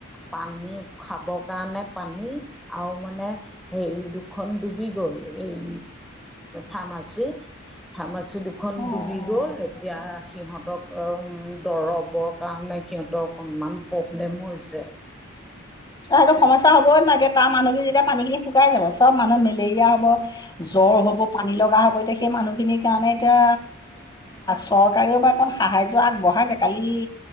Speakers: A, in the centre; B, on the left.
A: পানী খাব কাৰণে পানী আৰু মানে। হেৰি, দুখন ডুবি গ'ল এই ফাৰ্মাচী। ফাৰ্মাচী দুখন
B: অ'
A: ডুবি গ'ল! এতিয়া, সিহঁতক উম, দৰবৰ কাৰণে। কিন্তু অকণমান প্ৰব্লেমো হৈছে।
B: <inaudible> সেইটো সমস্যা হ'বই চাগে, মানুহখিনি যেতিয়া পানীখিনি শুকাই যাব, চব মানুহ মেলেৰিয়া হ'ব। জ্বৰ হ'ব, পানী লগা হ'ব! এতিয়া। এই মানুহখিনিৰ কাৰণে এতিয়া চৰকাৰেও বা অকণ সাহায্য আগবঢ়াইছে কালি